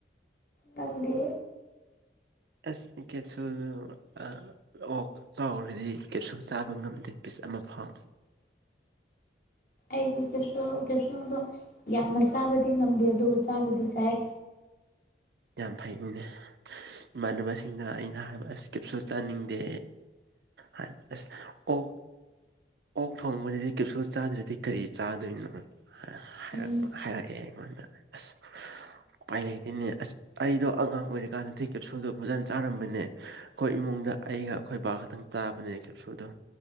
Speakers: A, on the left (about 50°); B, on the right (about 65°).
A: ꯅꯪꯗꯤ
B: ꯑꯁ ꯀꯦꯞꯁꯨꯜ ꯑ ꯑꯣꯛ ꯆꯥꯎꯔꯗꯤ ꯀꯦꯞꯁꯨꯜ ꯆꯥꯕ ꯉꯝꯗꯦ ꯄꯤꯁ ꯑꯃ ꯐꯥꯎ
A: ꯑꯩꯗꯤ ꯀꯦꯞꯁꯨꯜ ꯀꯦꯞꯁꯨꯜꯗꯣ ꯌꯥꯝꯅ ꯆꯥꯕꯗꯤ ꯉꯝꯗꯦ ꯑꯗꯨꯕꯨ ꯆꯥꯕꯗꯤ ꯆꯥꯏ
B: ꯌꯥꯝ ꯐꯩꯅꯦ ꯏꯃꯥꯟꯅꯕꯁꯤꯡꯅ ꯑꯩꯅ ꯍꯥꯏꯕ ꯑꯁ ꯀꯦꯞꯁꯨꯜ ꯆꯥꯅꯤꯡꯗꯦ ꯍꯥꯏ ꯑꯁ ꯑꯣꯛ ꯑꯣꯛ ꯊꯣꯡꯕꯗꯗꯤ ꯀꯦꯞꯁꯨꯜ ꯆꯥꯗ꯭ꯔꯗꯤ ꯀꯔꯤ ꯆꯥꯗꯣꯏꯅꯣ ꯍꯥꯏꯔꯛꯄ
A: ꯎꯝ
B: ꯍꯥꯏꯔꯛꯑꯦ ꯑꯩꯉꯣꯟꯗ ꯑꯁ ꯎꯄꯥꯏ ꯂꯩꯇꯦꯅꯦ ꯑꯁ ꯑꯩꯗꯣ ꯑꯉꯥꯡ ꯑꯣꯏꯔꯤꯀꯥꯟꯗꯗꯤ ꯀꯦꯞꯁꯨꯜꯗꯣ ꯐꯖꯟ ꯆꯥꯔꯝꯕꯅꯦ ꯑꯩꯈꯣꯏ ꯏꯃꯨꯡꯗ ꯑꯩꯒ ꯑꯩꯈꯣꯏ ꯕꯥ ꯈꯛꯇꯪ ꯆꯥꯕꯅꯦ ꯀꯦꯞꯁꯨꯜꯗꯣ